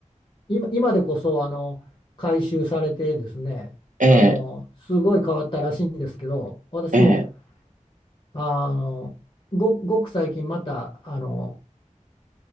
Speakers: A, on the left; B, on the right.
A: 今、今でこそ、あの、改修されてですね、
B: ええ、
A: あの、すごい変わったらしいんですけど、私も、
B: ええ。
A: あの、ご、ごく最近また、あの、